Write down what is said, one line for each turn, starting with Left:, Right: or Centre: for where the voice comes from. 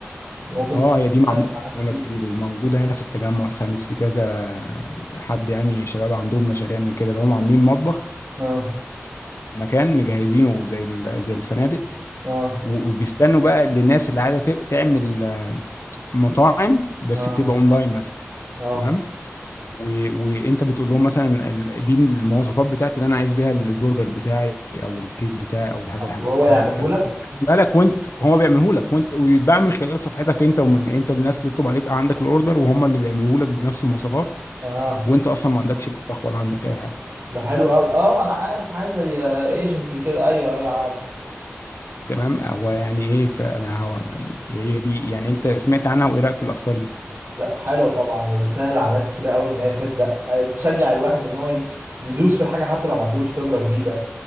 Right: ممكن
Left: اه
Right: تسهل
Left: هي دي معمولة
Right: على ناس
Left: معمولة
Right: كتير
Left: كتير وموجودة هنا في التجمع الخامس في كذا حد يعني شباب عندهم مشاريع من كده اللي هم عاملين مطبخ
Right: اه
Left: مكان مجهزينه زي ال- زي الفنادق
Right: اه
Left: و- وبيستنوا بقى للناس اللي عايزة ت- تعمل آه، مطاعم بس
Right: اه
Left: بتبقى اونلاين مثلا
Right: اه
Left: تمام و... وانت بتقول لهم مثلا ال- دي المواصفات بتاعتي اللي انا عايز بيها البرجر بتاعي او الكيك بتاعي او الحاجه الحاجه,
Right: وهو
Left: الحاجة
Right: يعمله
Left: دي بتاعتي
Right: لك
Left: هو بيعملها لك وانت هما بيعمله لك وانت ويتباع من خلال صفحتك انت ومن انت الناس تطلب عليك عندك الاوردر وهم اللي بيعمله لك بنفس المواصفات
Right: اه
Left: وانت اصلا ما عندكش مطبخ ولا عندك اي حاجه
Right: ده حلو قوي اه انا عارف حاجة زي ايجنسي كده ايوه ايوه عارف
Left: تمام هو يعني ايه فانا هو هي دي يعني انت سمعت عنها وايه رايك في الافكار دي
Right: لا حلوة طبعا وبتسهل على ناس كتير قوي ان هي تبدأ آه، تشجع الواحد ان هو ي- يدوس في الحاجة حتى لو ما عندوش خبرة كبيرة